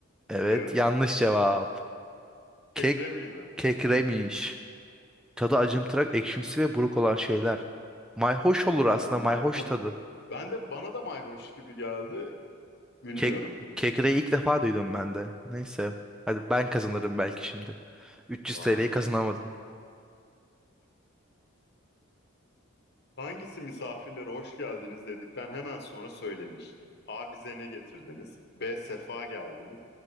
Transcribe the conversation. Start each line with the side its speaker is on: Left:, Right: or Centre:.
Centre: Evet,
Left: Evet.
Centre: yanlış cevap. Kek
Left: Kekre miydi?
Centre: kekremiş. Tadı acımtırak, ekşimsi ve buruk olan şeyler. Mayhoş olur aslında,
Left: Vallahi
Centre: mayhoş
Left: mayhoş.
Centre: tadı.
Left: Ben de bana da mayhoş gibi geldi. Bilmiyorum.
Centre: Kek kekreyi ilk defa duydum ben de. Neyse. Hadi ben kazanırım belki şimdi. 300
Left: Tamam
Centre: TL'yi
Left: hadi bakalım.
Centre: kazanamadım.
Left: Hangisi misafirlere hoş geldiniz dedikten hemen sonra söylenir? A. Bize ne getirdiniz? B. Sefa geldiniz.